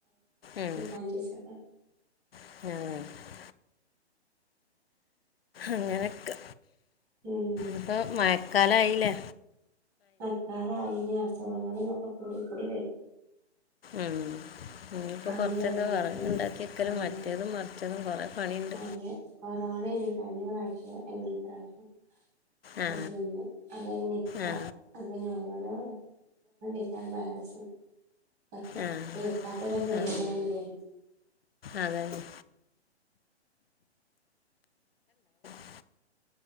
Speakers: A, on the left; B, on the right.
A: ഉം.
B: പാന്റിസൊക്കെ
A: <unintelligible> അങ്ങനെയൊക്കെ
B: ഉം
A: ഇപ്പോ മഴക്കാല ആയില്ലേ
B: മഴക്കാല ആയിന് അസുഖങ്ങളൊക്കെ കൂടി കൂടി വരും
A: ഉം ഇനി ഇപ്പോ
B: പനി
A: കൊറച്ചൊക്കെ
B: ജലദോഷം
A: വിറക് ഉണ്ടാക്കിക്കലും
B: ആഹ്
A: മറ്റേതും മ <unintelligible> കൊറെ പണിയുണ്ട്
B: അതെ <unintelligible> കഴിഞ്ഞ പ്രാവശ്യം എങ്ങനത്തെ പ്രാവശ്യം
A: ആ
B: കൊറച്ചു നിന്ന് അങ്ങനെ നിപ്പ
A: ആ
B: അത് പിന്നെ ഓരോരോ ഇതാ <unintelligible> വൈറസ് ഒക്കെ
A: ആ
B: കേൾക്കാത്തൊരു പേര്കളാണ്
A: ആ
B: വരു
A: അതന്നെ <unintelligible>